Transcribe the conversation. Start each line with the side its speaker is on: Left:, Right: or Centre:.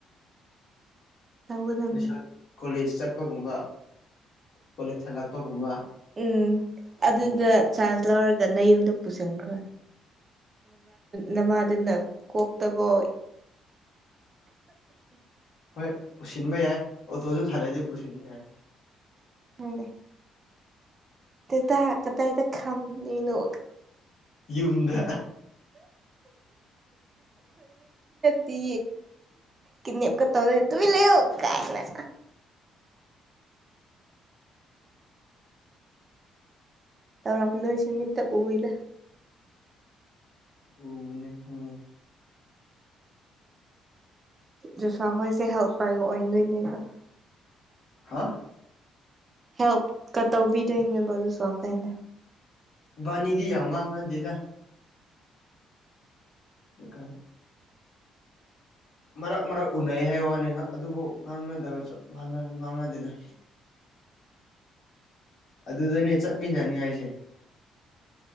Right: ꯇꯧꯒꯗꯝꯅꯤ
Left: ꯂꯩꯁꯥ ꯀꯣꯂꯦꯖ ꯆꯠꯄꯒꯨꯝꯕ ꯀꯣꯂꯦꯖ ꯍꯜꯂꯛꯄꯒꯨꯝꯕ
Right: ꯎꯝ ꯑꯗꯨꯗ
Left: ꯎꯝ
Right: ꯆꯥꯟꯁ ꯂꯧꯔꯒ ꯅ ꯌꯨꯝꯗ ꯄꯨꯁꯤꯟꯈ꯭ꯔꯣ ꯅꯃꯥꯗꯨꯅ ꯀꯣꯛꯇꯀꯣ
Left: ꯍꯣꯏ ꯄꯨꯁꯤꯟꯕ ꯌꯥꯏ ꯑꯣꯇꯣꯁꯨ ꯊꯥꯔꯑꯗꯤ ꯄꯨꯁꯤꯟꯕ ꯌꯥꯏ
Right: ꯍꯣꯏꯅꯦ ꯗꯥꯗꯥ ꯀꯇꯥꯏꯗ ꯈꯥꯝꯗꯣꯏꯅꯣ
Left: ꯌꯨꯝꯗ
Right: ꯇ ꯀꯤꯗꯅꯦꯞ ꯀ ꯇꯧꯗꯣꯏꯅꯦ ꯇꯨꯃꯤꯟ ꯂꯩꯌꯨ ꯀꯥꯏꯅ ꯇꯧꯔꯝꯗꯣꯏꯁꯦ ꯃꯤꯠꯇ ꯎꯏꯗ
Left: ꯎꯕꯅꯦ ꯑꯥ
Right: ꯖꯨꯁꯥ ꯍꯣꯏꯁꯦ ꯍꯦꯜꯄꯔꯒ ꯑꯣꯏꯅꯗꯣꯏꯅꯦꯕ
Left: ꯍꯥ
Right: ꯍꯦꯜꯞꯀ ꯇꯧꯕꯤꯗꯣꯏꯅꯦꯕ ꯖꯤꯁꯥ ꯑꯩꯈꯣꯏꯅ
Left: ꯏꯕꯥꯅꯤꯗꯤ ꯌꯥꯝ ꯉꯥꯡꯅꯗꯦꯗ ꯏꯀ ꯃꯔꯛ ꯃꯔꯛ ꯎꯅꯩ ꯍꯥꯏꯕ ꯋꯥꯅꯤ ꯑꯗꯨꯐꯥꯎ ꯉꯥꯡꯅꯗꯕ ꯉꯥꯡꯅꯗꯦꯗ ꯑꯗꯨꯗꯅꯦ ꯆꯠꯃꯤꯟꯅꯅꯤ ꯍꯥꯏꯁꯦ